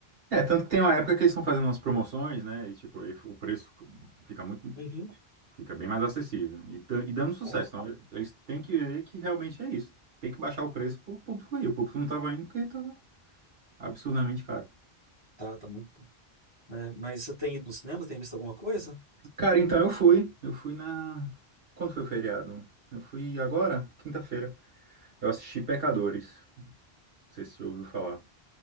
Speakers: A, on the right; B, on the right.
A: É, tanto que tem uma época que eles estão fazendo umas promoções, né? E tipo, aí o preço fica muito,
B: Uhum.
A: fica bem mais acessível. E, tan- e dando sucesso.
B: É,
A: Então, eles têm que ver que realmente é isso. Tem que baixar o preço pro público ir. O público não tava indo porque tava absurdamente caro.
B: tá, tá muito, né? Mas você tem ido no cinema? Tem visto alguma coisa?
A: Cara, então eu fui. Eu fui na. Quando foi o feriado? Eu fui agora, quinta-feira. Eu assisti Pecadores. Não sei se você ouviu falar.